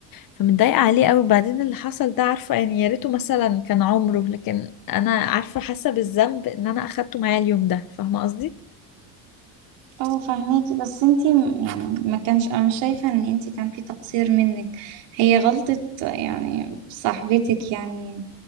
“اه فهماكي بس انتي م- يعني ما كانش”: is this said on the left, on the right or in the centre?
Right